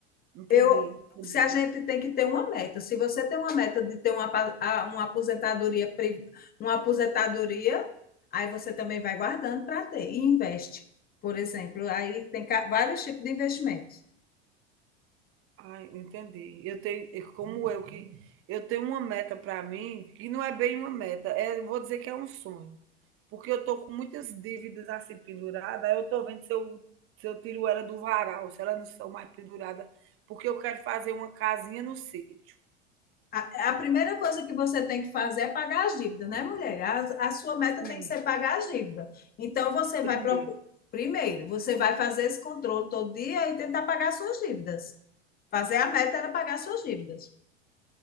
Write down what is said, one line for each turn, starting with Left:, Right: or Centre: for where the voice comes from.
Right: Entendi,
Left: eu,
Right: entendi.
Left: se a gente tem que ter uma meta, se você tem uma meta de ter uma, uma aposentadoria, uma aposentadoria, aí você também vai guardando para ter e investe. Por exemplo, aí tem vários tipos de investimentos.
Right: Ah, entendi. Eu tenho, e como eu que eu tenho uma meta para mim, que não é bem uma meta, é, eu vou dizer que é um sonho. Porque eu tô com muitas dívidas assim pendurada, aí eu tô vendo se eu se eu tiro ela do varal, se ela não são mais pendurada, porque eu quero fazer uma casinha no sítio.
Left: A, a, primeira coisa que você tem que fazer é pagar as dívidas, né, mulher? A, a sua meta
Right: Sim.
Left: tem que ser pagar as dívidas. Então, você vai
Right: Primeiro,
Left: procurar. Primeiro, você vai fazer esse controle todo dia e tentar pagar suas dívidas. Fazer a meta era pagar suas dívidas.